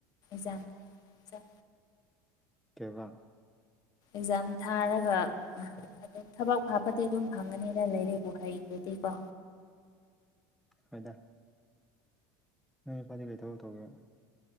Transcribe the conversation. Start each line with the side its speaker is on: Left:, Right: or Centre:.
Left: ꯆꯐ ꯆꯐ
Centre: ꯀꯦꯕꯥ
Left: ꯑꯦꯛꯖꯥꯝ ꯊꯥꯔꯒ ꯑꯗꯨꯝ ꯊꯕꯛ ꯍꯥꯞꯄꯗꯤ ꯑꯗꯨꯝ ꯐꯪꯒꯅꯤꯅ ꯂꯩꯔꯦꯕꯨ ꯍꯩꯗꯨꯗꯤꯀꯣ
Centre: ꯍꯣꯏꯗ ꯅꯣꯏ ꯐꯗꯤ ꯀꯩꯊꯧ ꯇꯧꯒꯦ